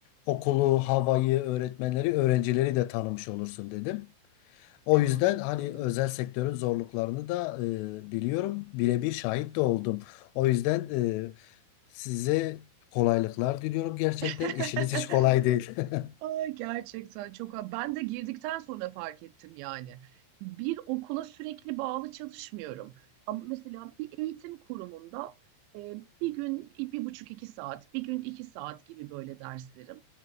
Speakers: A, on the left; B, on the right.
A: okulu, havayı, öğretmenleri, öğrencileri de tanımış olursun dedim. O
B: En
A: yüzden
B: mantıklısı.
A: hani özel sektörün zorluklarını da e, biliyorum. Birebir şahit de oldum. O yüzden e, size kolaylıklar diliyorum gerçekten.
B: <laughs>
A: İşiniz hiç kolay değil. <laughs>
B: Ay gerçekten çok ben de girdikten sonra fark ettim yani. Bir okula sürekli bağlı çalışmıyorum. Ama mesela bir eğitim kurumunda e, bir gün bir buçuk iki saat, bir gün iki saat gibi böyle derslerim.